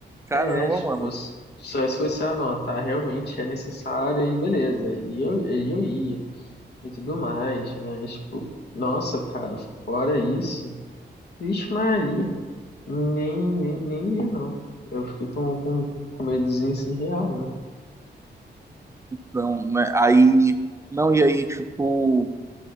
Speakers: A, on the right; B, on the left.
A: Caramba,
B: É, tipo,
A: mano.
B: s- só se fosse, ah, não, tá, realmente é necessária e beleza, e eu, e eu ia, e tudo mais, mas, tipo, nossa, cara, fora isso, vixe Maria, nem, nem, nem ia, não. Eu fiquei com, com, com medozinho, assim, real mesmo.
A: Então, né? Aí, não, e aí, tipo,